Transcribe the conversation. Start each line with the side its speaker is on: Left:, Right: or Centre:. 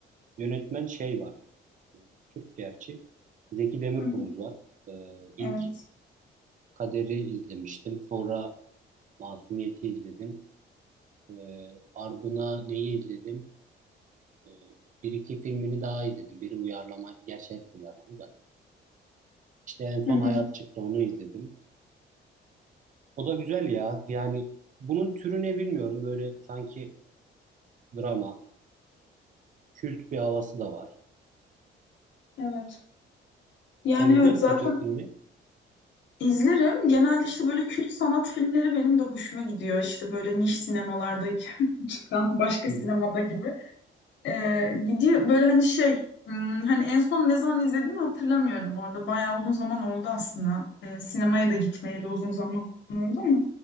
Right: yönetmen şey var. E, Türk gerçi. Zeki Demirkubuz
Left: Hı hı.
Right: var. E, ilk
Left: Evet.
Right: Kader'i izlemiştim. Sonra Masumiyet'i izledim. Ee, ardına neyi izledim? Ee, bir iki filmini daha izledim. Biri uyarlama, gerçi hepsi uyarlama da. İşte en son
Left: Hı hı.
Right: Hayat çıktı onu izledim. O da güzel ya. Yani bunun türü ne bilmiyorum. Böyle sanki drama, kült bir havası da var.
Left: Evet. Yani
Right: Sen izliyor
Left: evet
Right: musun
Left: zaten
Right: Türk filmi?
Left: izlerim. Genelde işte böyle kült sanat filmleri benim de hoşuma gidiyor. İşte böyle niş sinemalardaki <laughs> çıkan başka
Right: Hı
Left: sinemada
Right: hı.
Left: gibi. Ee, gidiyor böyle hani şey hmm, hani en son ne zaman izlediğimi hatırlamıyorum bu arada bayağı uzun zaman oldu aslında Ee, sinemaya da gitmeyeli uzun zaman oldu ama